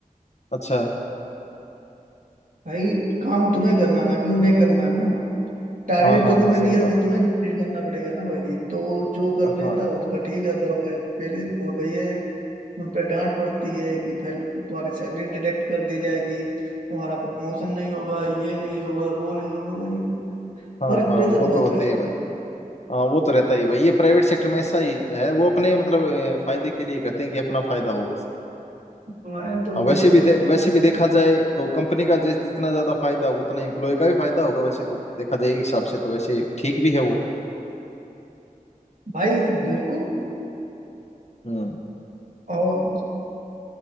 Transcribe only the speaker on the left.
अच्छा
हाँ हाँ
हाँ सही
बात
हाँ
हाँ
हाँ
वो
तो होते
हैं भाई
हाँ वो तो रहता ही है भाई ये प्राइवेट सेक्टर में ऐसा ही है वो अपने मतलब अ, फायदे के लिए करते हैं कि अपना फायदा हो बस
और वैसे
भी दे,
वैसे भी देखा
जाए तो कंपनी का जैसे जितना ज्यादा फायदा होगा उतना एम्प्लॉय का भी फायदा होगा वैसे तो देखा जाए एक हिसाब से तो वैसे ठीक भी है वो
हम्म